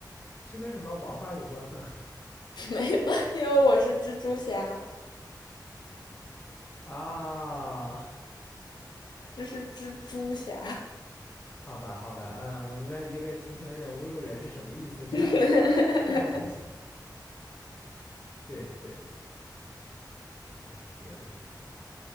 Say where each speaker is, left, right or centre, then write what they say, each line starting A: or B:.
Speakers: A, on the left; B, on the left.
A: 是跟什么王八有关吗？
B: <laughs> 没有，因为我是蜘蛛侠，
A: <laughs> 啊，
B: 这是蜘蛛侠。
A: 好吧，好吧，嗯，我明白你这个浅浅有点侮辱人是什么意思，这样
B: <laughs>
A: 这样联系，<laughs> 对对，可以，挺有意思的。